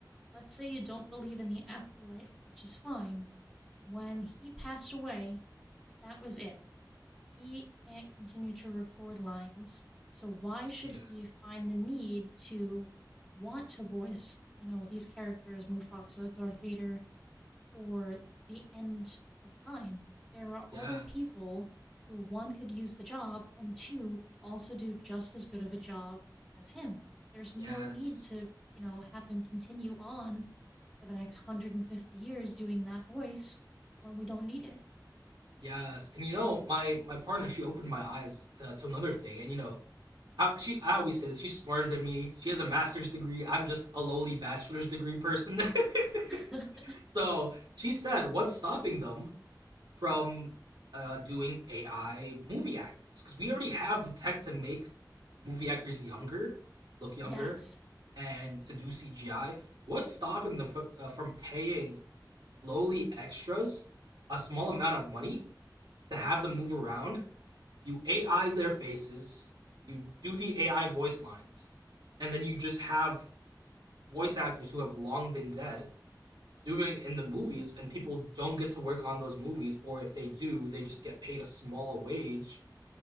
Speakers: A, in the centre; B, on the right (about 75°).
A: Let's say you don't believe in the afterlife, which is fine. When he passed away, that was it. he can't continue to record lines. So why should
B: yes,
A: he find the need to want to voice, you know, these characters, Mufasa, Darth Vader, or the end of time? There are other
B: yes,
A: people who one could use the job and two could also do just as good of a job as him. There's no
B: yes,
A: need to, you know, have him continue on for the next 150 years doing that voice when we don't need
B: yes. And you know, my my partner she opened my eyes to, to another thing. And you know, I, she I always say this. She's smarter than me. She has a master's degree. I'm just a lowly bachelor's degree person.
A: it.
B: <laughs>
A: <laughs>
B: so she said, "What's stopping them from uh, doing AI movie actors because we already have the tech to make movie actors younger, look younger,
A: yes,
B: and to do CGI. What's stopping them f- uh, from paying lowly extras a small amount of money to have them move around? You AI their faces, you do the AI voice lines, and then you just have voice actors who have long been dead doing in the movies, and people don't get to work on those movies, or if they do, they just get paid a small wage.